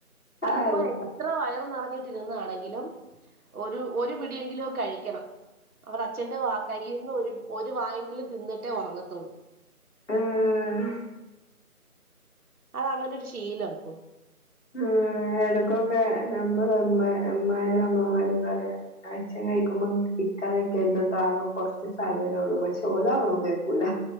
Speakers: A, on the right; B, on the left.
A: അത്പോ
B: അള്ളാ
A: ഇത്ര വയർ നിറഞ്ഞിട്ടിരുന്നാണെങ്കിലും ഒരു ഒരു പിടിയെങ്കിലും കഴിക്കണം അവർ അച്ഛന്റെ വ കൈയ്യിൽന്ന് ഒരു വായെങ്കിലും തിന്നിട്ടേ ഉറങ്ങത്തൊള്ളൂ
B: ആഹ്
A: അത അങ്ങനെ ഒരു ശീലം അപ്പൊ
B: ആ എടക്കൊക്കെ നമ്മൾ അമ്മാരും അമ്മമാരും പറയാം അച്ചൻ കഴിക്കുമ്പം ഇരിക്കാൻ നിക്കതൊട്ട് ആകെ കുറച്ച് സാധനം ഉള്ളൂ പക്ഷെ ഓല ഒന്നും കേൾക്കൂല